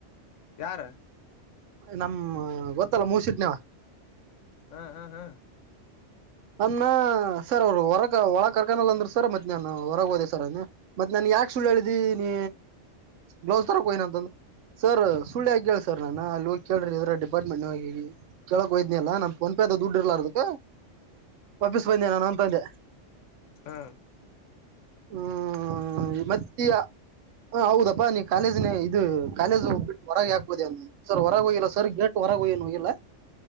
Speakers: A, on the left; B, on the right.
A: ಯಾರ
B: ನಮ್ಮ್ ಗೊತ್ತಲ್ಲ ಮೂಸಿಟ್ನವ
A: ಹ್ಮ್ ಹಾ ಹ್ಮ್
B: ಅನ್ನ ಸರ್ ಅವರು ಹೊರಗ ಒಳ ಕಾರ್ಕಾನಲ್ಲ ಅಂದ್ರು ಸರ್ ಮತ್ತೆ ನಾನನ್ ಹೊರಗೆ ಹೋದೆ ಸರ್ ಅನ್ನ ಮತ್ತ್ ನನ್ ಯಾಕ ಸುಳ್ಳು ಹೇಳ್ದಿ ನೀ ಗ್ಲೌಸ್ ತರ ಹೋಯನ ಅಂತಂದ್ರ ಸರ್ ಸುಳ್ಳಿ ಆಗ ಹೇಳೇಳ ಸರ್ ನಾನ ಅಲ್ಲಿ ಕೇಳ್ರಿ ಇದ್ರ ಡಿಪಾರ್ಟ್ಮೆಂಟ್ ಹ ಕಳೋಕ್ೋಯದನ ಅಲ್ಲ ನಮ ಫೋನ್ಪೇ ಅ ದುಡ್ಡಿರ್ಲ್ಲಾರ ಅದಕ್ಕೆ ವಾಪಸ್ ಬಂದೆ ನಾನು ಅಂತಂದೆ
A: ಹಾ
B: ಹ್ಮ್ ಮತ್ತ ಹ ಹೌದಪ್ಪಾ ನೀ ಕಾಲೇಜ್ನೆ ಇ ಕಾಲೇಜುೋಗ್ಬ ಬಿಟ್ಟುರಗೆ ಹಾಕ್ಬುದದೆ ಅ ಸರ್ ಹೊರಗೆ ಹಯಲ್ಲ ಸರ್ ಗೆಟ್ ಹೊರಗ ಹಯ್ಯಏನು ಇಲ್ಲ